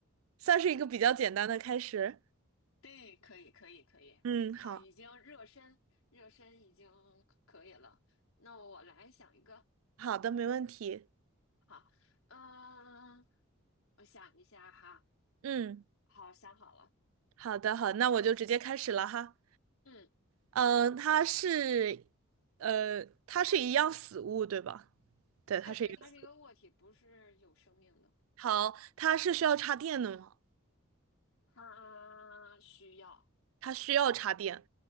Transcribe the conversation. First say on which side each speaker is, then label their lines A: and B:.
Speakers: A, on the right; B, on the left.
A: 算是一个比较简单的开始。
B: 对，可以，可以，可以。
A: 嗯，
B: 好，
A: 好，
B: 已经热身，热身已经可以了。那我来想一个。
A: 好的，没问题。
B: 好，嗯，我想一下哈。
A: 嗯，
B: 好，想好了。
A: 好的，好，那我就直接开始了哈。
B: 嗯，
A: 嗯、它是，呃，它是一样死物，对吧？对，
B: 对对，
A: 它是一个。
B: 它是一个物体，不是有生命的。
A: 好，它是需要插电的吗？
B: 它需要，
A: 它需要插电。